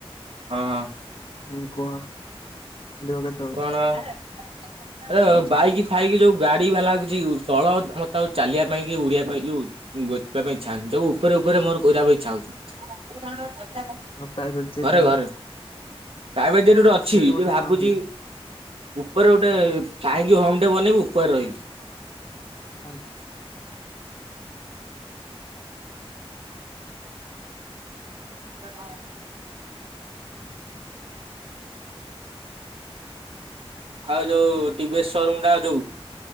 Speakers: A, on the right; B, on the left.
A: ହଁ।
B: ହଁ କୁହ। ଖୋଲିବ କେତେବେଳେ?
A: କଣ ହେ ଆରେ ବାଇକ ଫାଇକ ଯୋଉ ଗାଡି ବାଲା କିଛି ତଳ ମତେ ଆଉ ଚାଲିବା ପାଇଁ କି ଉଡିଆ ପାଇଁ ଯଉ ଗୋଛିବା ପାଇଁ ଇ ଇଚ୍ଛା ହଉନି, ସବୁ ଉପରେ ଉପରେ ମୋର କରିବା ପାଇଁ ଇଚ୍ଛା ହଉଛି।
B: ହଁ ପ୍ରାଇଭେ ଜେଟ
A: ଘରେ
B: ଆଣ
A: ଘରେ
B: ହେରି
A: ପ୍ରାଇଭେଟ ଜେଟ ଗଟେ ଅଛି
B: ଗୋଟେ
A: ଯେ ଭାବୁଛି
B: ଆଣ ଭାରି।
A: ଉପରେ ଗୋଟେ ଫ୍ଲାଇଙ୍ଗ ହୋମ ଟେ ବନେଇବି ଉପରେ ରହିବି
B: <unintelligible>
A: <unintelligible> ଆଉ ଯୋଉ ଟି ଭି ଏସ୍ ସୋରୁମ ଟା ଯୋଉ